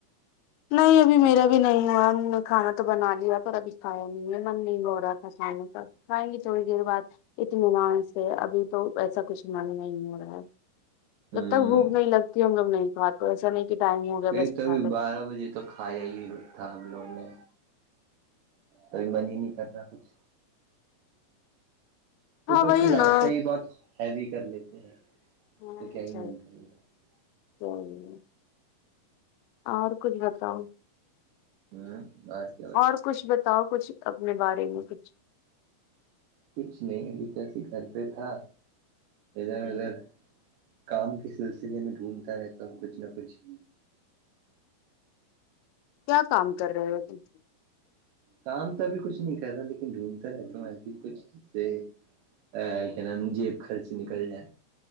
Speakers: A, on the left; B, on the right.
A: نہیں ابھی میرا بھی نہیں ہوا ہم نے کھانا تو بنا لیاا پر ابھی کھایا نہیں ہے من نہیں ہو رہا تھا یں تھوڑی دیر بعد اتنے مان سے ابھی تو ایسا کچھ مان نہیں ہو رہا ہے
B: ہ
A: جب تک بھوک نہیں لگتی ہم لگ نہیں کھا تو ایسا نہیں کہ ٹائم ہو گیا
B: گئی
A: بس
B: تو
A: کھان
B: ابھی
A: میں
B: بارہ بجے تو کھایا ہی تھا ہم لوگ نے کبھی من ہی نہیں کرنا کچھ اوپر
A: ہاں وہی
B: سے ناشتہ
A: نا
B: یہ بات ہیوی کر لیتے ہیں
A: ہاں
B: تو کیا ہی
A: س
B: من کرے گا
A: سئی اور کچھ بتاؤ
B: ہوں ب
A: اور کچھ بتاؤ کچھ اپنے بارے میں کچھ
B: کچھ نہیں ابھی تسے گھر پہ تھا ادھر
A: کیا
B: ادھر کام کے سلسلے میں ڈھونڈتا رہتا ہوں کچھ نہ کچھ
A: کیا کام کر رہے ہو تم
B: کام تو ابھی کچھ نہیں کر رہا لیکن ڈھونڈتا رہتا ہوں ایسی کچھ سے ا کیا نام جیب خرچ نکل جائے